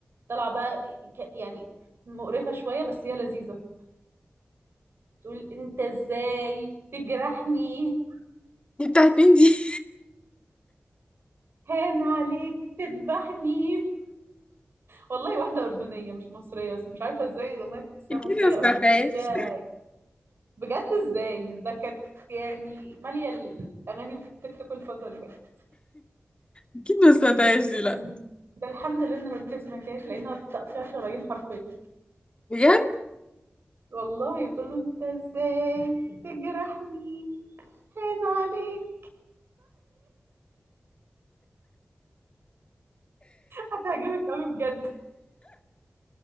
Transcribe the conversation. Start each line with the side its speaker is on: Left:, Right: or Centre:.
Right: طالعة بقى ك... يعني مقرفة شوية بس هي لذيذة تقول أنت إزاي تجرحني
Left: دي بتاعت مين دي <laughs>
Right: هان عليك تذبحني والله واحدة أردنية مش مصرية بس مش عارفة إزاي الأغنية تحسيها
Left: اكيد
Right: مصرية
Left: ما سمعتهاش
Right: قوي تحسيها بجد إزاي ده كانت يعني مالية الأغاني التيك توك الفترة اللي فاتت
Left: اكيد ما سمعتهاش دي لا
Right: إذن ده الحمد لله ان بنتي ما سمعتهاش لانها تقطيع شرايين حرفيا
Left: بجد
Right: والله بتقول له انت ازاي تجرحني هان عليك هتعجبك قوي بجد